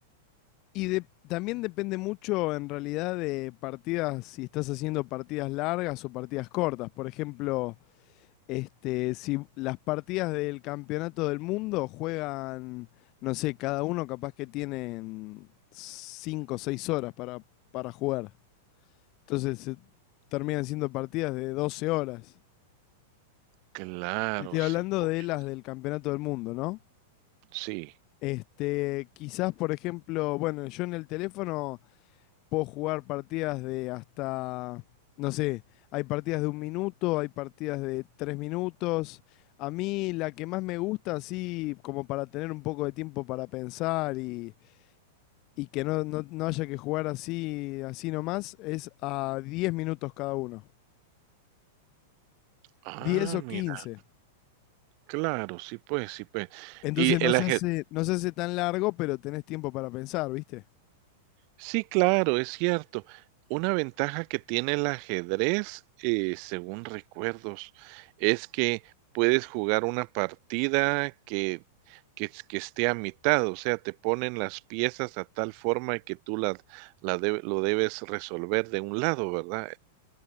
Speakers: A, on the left; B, on the right.
A: Y de- también depende mucho en realidad de partidas, si estás haciendo partidas largas o partidas cortas. Por ejemplo, este, si las partidas del campeonato del mundo juegan, no sé, cada uno capaz que tienen 5 o 6 horas para, para jugar. Entonces eh, terminan siendo partidas de 12 horas.
B: Claro,
A: Estoy hablando
B: sí, pues,
A: de las del campeonato del mundo, ¿no?
B: sí.
A: Este, quizás, por ejemplo, bueno, yo en el teléfono Puedo jugar partidas de hasta, no sé, hay partidas de un minuto, hay partidas de tres minutos. A mí la que más me gusta, así como para tener un poco de tiempo para pensar y, y que no, no, no haya que jugar así, así nomás, es a 10 minutos cada uno.
B: Ah,
A: diez o
B: mira,
A: quince
B: claro, sí, pues, sí, pues.
A: Entonces
B: Y
A: no
B: el
A: se
B: aje
A: hace, no se hace tan largo, pero tenés tiempo para pensar, ¿viste?
B: Sí, claro, es cierto. Una ventaja que tiene el ajedrez, eh, según recuerdos, es que puedes jugar una partida que, que, es- que esté a mitad, o sea, te ponen las piezas a tal forma que tú la, la debe- lo debes resolver de un lado, ¿verdad?